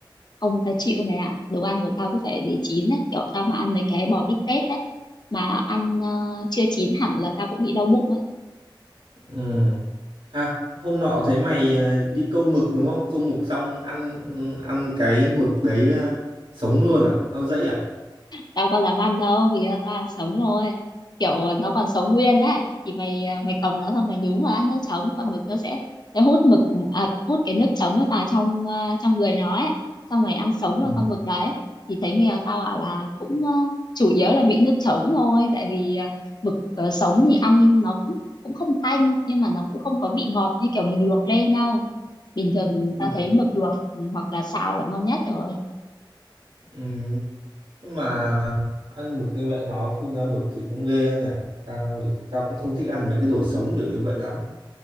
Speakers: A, on the left; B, on the right.
A: ông ta chịu mày ạ đồ ăn của tao cứ phải để chín đấy kiểu tao mà ăn mấy cái bò bít tết đấy mà ăn ờ, chưa chín hẳn là tao cũng bị đau bụng ấy
B: Ừ. À, hôm nọ thấy mày ờ, đi câu mực đúng không? Câu mực xong ăn ừ, ăn cái mực đấy ờ, sống luôn à? Nó dãy à?
A: tao có làm ăn đâu thì ờ, tao ăn sống thôi kiểu ờ, nó còn sống nguyên đấy thì mày ờ, mày cầm nó xong mày nhúng vào ăn nước chấm con mực nó sẽ nó hút mực à, hút cái nước chấm ấy vào trong ờ, trong người nó ấy xong mày ăn sống luôn
B: Ừ.
A: con mực đấy thì thấy nghèo tao bảo là cũng ờ, chủ yếu là vị nước chấm thôi tại vì ờ, mực ờ, sống thì ăn nó cũng cũng không tanh nhưng mà nó cũng không có vị ngọt như kiểu mình luộc lên đâu bình thường
B: Ừ.
A: tao thấy mực luộc ừ, hoặc là xào là ngon nhất rồi
B: Ừ. nhưng mà ăn mực như vậy nó phun ra mực thì cũng ghê anh nhỉ tao thì tao cũng không thích ăn mấy cái đồ sống kiểu như vậy lắm